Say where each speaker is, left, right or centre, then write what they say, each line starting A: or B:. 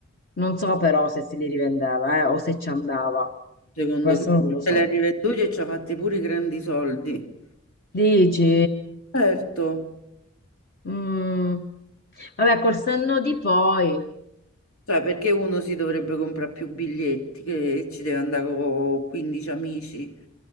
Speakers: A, on the left (about 45°); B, on the left (about 80°).
A: Non so però se se li rivendeva, eh, o se ci andava.
B: Secondo
A: Questo
B: me
A: non lo so.
B: se l'ha rivenduto e ci ha fatti pure i grandi soldi.
A: Dici?
B: Certo.
A: Mm. Vabbè, col senno di poi.
B: Cioè, perché uno si dovrebbe comprare più biglietti che ci deve andare con 15 amici?